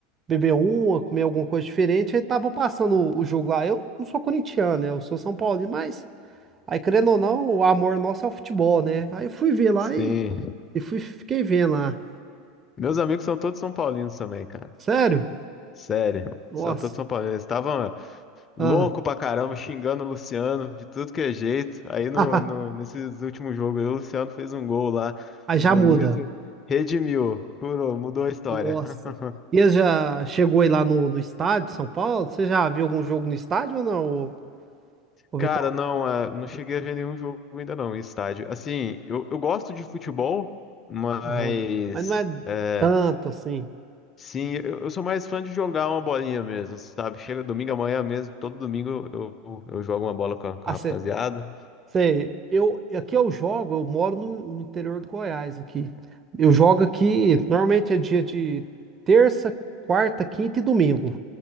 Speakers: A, on the right; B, on the left.
A: Beber uma, comer alguma coisa diferente. Aí tava passando o, o jogo lá. Eu não sou corintiano, né? Eu sou São Paulino, mas aí, querendo ou não, o amor nosso é o futebol, né? Aí eu fui ver lá
B: Sim.
A: e, e fui, fiquei vendo lá.
B: Meus amigos são todos São Paulinos também, cara.
A: Sério?
B: Sério.
A: Nossa.
B: São todos São Paulinos. Estavam. Louco
A: Ah.
B: pra caramba, xingando o Luciano de tudo que é jeito. Aí
A: <laughs>
B: no, no, nesses últimos jogos, aí o Luciano fez um gol lá,
A: Aí já
B: bonito,
A: muda.
B: redimiu, curou, mudou a história.
A: Nossa.
B: <laughs>
A: E você já chegou aí lá no, no estádio de São Paulo? Você já viu algum jogo no estádio ou não, ô, ô Vitor?
B: Cara, não, é, não cheguei a ver nenhum jogo ainda não, em estádio. Assim, eu, eu gosto de futebol, mas
A: Ô, Mas não é
B: é,
A: tanto assim.
B: sim, eu, eu sou mais fã de jogar uma bolinha mesmo, sabe? Chega domingo amanhã mesmo, todo domingo eu, eu, eu jogo uma bola com a, com a
A: Sei.
B: rapaziada.
A: Sei, eu aqui eu jogo, eu moro no, no interior do Goiás aqui. Eu jogo aqui, normalmente é dia de terça, quarta, quinta e domingo.